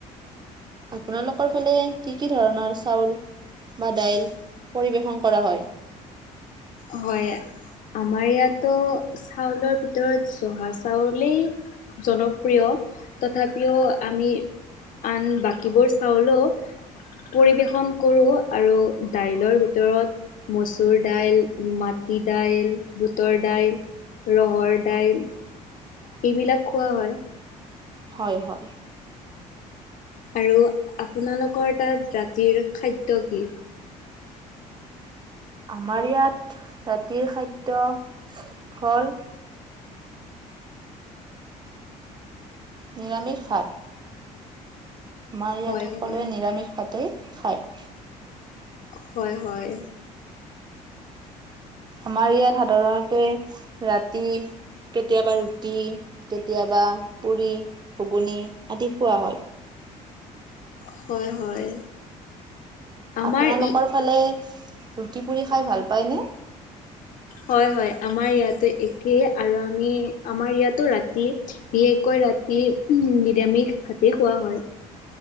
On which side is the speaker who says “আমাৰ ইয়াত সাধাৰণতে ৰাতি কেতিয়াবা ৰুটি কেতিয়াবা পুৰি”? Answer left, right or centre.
Right